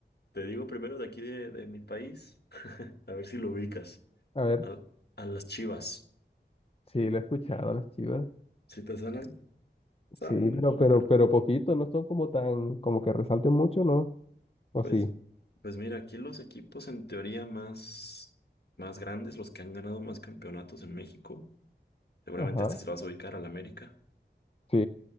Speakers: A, on the left; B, on the left.
A: te digo primero de aquí de, de mi país, <laughs> a ver si lo ubicas.
B: A ver,
A: Al- a las Chivas.
B: sí, lo he escuchado a las Chivas.
A: ¿Sí te suenan? Son,
B: Sí, pero, pero,
A: ah,
B: pero poquito, no son como tan, como que resalten mucho, ¿no? ¿O
A: Pues,
B: sí?
A: pues mira, aquí los equipos en teoría más, más grandes, los que han ganado más campeonatos en México, seguramente
B: Ajá,
A: este se lo vas a ubicar al América.
B: sí,